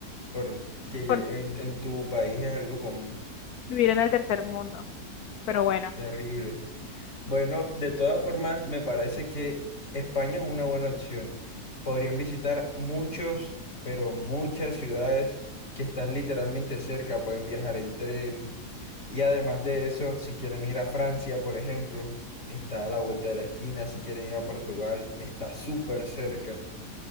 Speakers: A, on the left (about 45°); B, on the left (about 65°).
A: porque
B: por
A: en, en tu país es algo común,
B: vivir en el tercer mundo. Pero bueno.
A: terrible. Bueno, de todas formas, me parece que España es una buena opción. Podrían visitar muchos, pero muchas ciudades que están literalmente cerca, pueden viajar en tren. Y además de eso, si quieren ir a Francia, por ejemplo, está a la vuelta de la esquina. Si quieren ir a Portugal, está súper cerca.